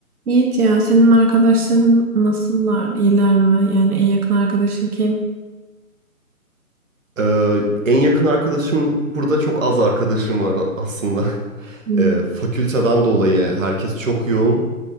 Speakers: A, on the right; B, on the right.
A: Yiğit ya senin arkadaşların nasıllar? İyiler mi? Yani en yakın arkadaşın kim?
B: Ee, en yakın arkadaşım burada çok az arkadaşım var a- aslında. <laughs>
A: Hmm,
B: Ee, fakülteden dolayı herkes çok yoğun.